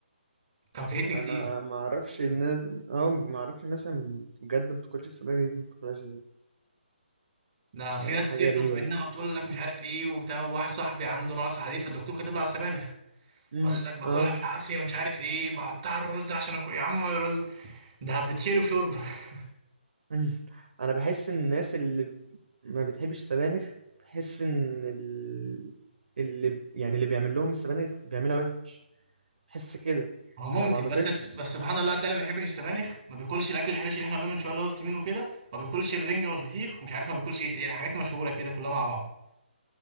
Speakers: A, on the right; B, on the right.
A: كان فايتني
B: انا
A: كتير
B: ما اعرفش الناس اه ما اعرفش الناس اللي بجد ما بتاكلش السبانخ دي ما بتاكلهاش ازاي
A: ده في
B: يعني
A: ناس
B: حاجه
A: بتقرف
B: غريبه
A: منها وتقول لك مش عارف ايه وبتاع واحد صاحبي عنده نقص حديد فالدكتور كاتب له على سبانخ
B: مم.
A: قال لك
B: <laughs>
A: باكلها
B: اه
A: بالعافيه ومش عارف ايه بحطها على الرز عشان اكل يا عم الرز ده بتتشرب شوربه <laughs>
B: مم. انا بحس ان الناس اللي ما بتحبش السبانخ بحس ان ال... اللي يعني اللي بيعمل لهم السبانخ بيعملها وحش بحس كده
A: هو ممكن
B: يعني ما اعتقدش
A: بس بس سبحان الله هتلاقي اللي ما بيحبش السبانخ ما بياكلش الاكل الحرش اللي احنا قلناه من شويه اللي هو السمين وكده ما بياكلش الرنجه والفسيخ ومش عارف ما بياكلش ايه تاني، يعني حاجات مشهوره كده كلها مع بعض